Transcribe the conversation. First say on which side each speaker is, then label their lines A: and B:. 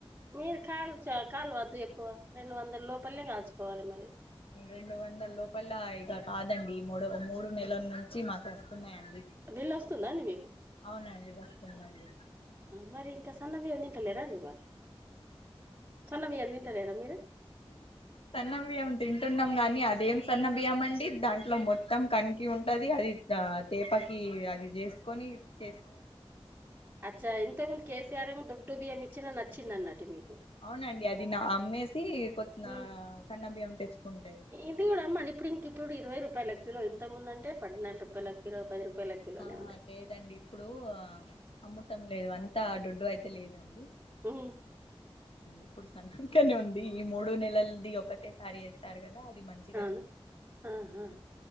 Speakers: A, on the right; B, on the left.
A: మీరు కాలుు చ కాలువద్దు ఎక్కువ రెండు వందల లోపలలే కాల్చుకోవాలి. మరి
B: రెండు వందల లోపల ఇక కాదండి. ఈ మూడు మూడు నెలల నుంచి మాకు వస్తున్నాయండి.
A: బిల్లు వస్తుందా అండి మీకు
B: అవునండి. వస్తుందండి.
A: మరి ఇంకా సన్న బియ్య తింటలేరా అండి. మరి సన్నబియ్యం తింటలేరా. మీరు
B: సన్నబియ్యం తింటున్నాం. కానీ అదేం సన్న బియ్యం అండి దాంట్లో మొత్తం మొత్తం కంకి ఉంటంది. అది తేపకి అది చేసుకొని చే
A: అచ్చా ఇంతకుముందు కేసీఆర్ ఏమో దొడ్డుబియ్యం ఇచ్చినా నచ్చింది. అన్నట్టు మీకు
B: అవునండి. అది నా అమ్మేసి కోన
A: ఉమ్,
B: సన్న బియ్యం తెచ్చుకుంటే
A: ఇది కూడా అమ్మండి. ఇంకి ఇప్పుడు ఇరవై రూపాయల కిలో ఇంతముందుందంటే పద్నాలుగు రూపాయల కిలో పది రూపాయల కిలోనే
B: ఆ
A: ఉండే
B: లేదండి ఇప్పుడు అమ్ముటం లేదు. అంతా దొడ్డు అయితే లేదండి.
A: ఉ
B: ఇప్పుడు సనకనే <unintelligible> ఉంది ఈ మూడు నెలలది ఒకటేసారి ఎస్తారు కదా అది మంచి
A: ఆ ఆహా